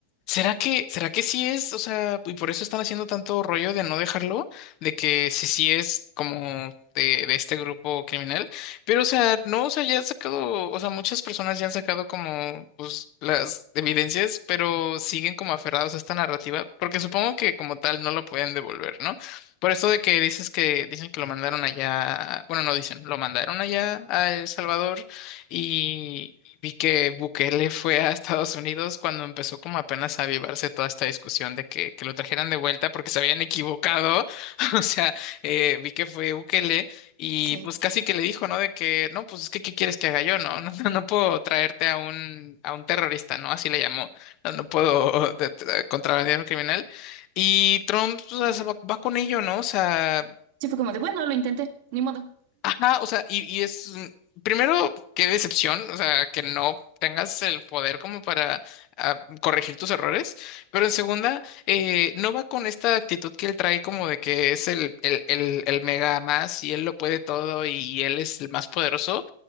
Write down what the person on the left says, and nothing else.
¿será que, será que sí es? O sea, y por eso están haciendo tanto rollo de no dejarlo, de que si sí es como... De, de este grupo criminal. Pero, o sea, no, o sea, ya han sacado, o sea, muchas personas ya han sacado como, pues, las evidencias, pero siguen como aferrados a esta narrativa, porque supongo que como tal no lo pueden devolver, ¿no? Por eso de que dices que, dicen que lo mandaron allá, bueno, no dicen, lo mandaron allá a El Salvador y vi que Bukele fue a Estados Unidos cuando empezó como apenas a avivarse toda esta discusión de que, que lo trajeran de vuelta porque se habían equivocado, <laughs> o sea, eh, vi que fue Bukele. Y
pues casi que le dijo, ¿no? De que, no, pues es que, ¿qué quieres que haga yo? No, <laughs> no, no, no puedo traerte a un, a un terrorista, ¿no? Así le llamó. No, no puedo <laughs> de- de- contrabandear a un criminal. Y Trump, pues, o sea, se va, va con ello, ¿no? O sea,
ajá, o sea, y, y es, mm, primero, qué decepción, o sea, que no tengas el poder como para ah, corregir tus errores, pero en segunda, eh, no va con esta actitud que él trae como de que es el, el, el, el mega más y él lo puede todo y él es el más poderoso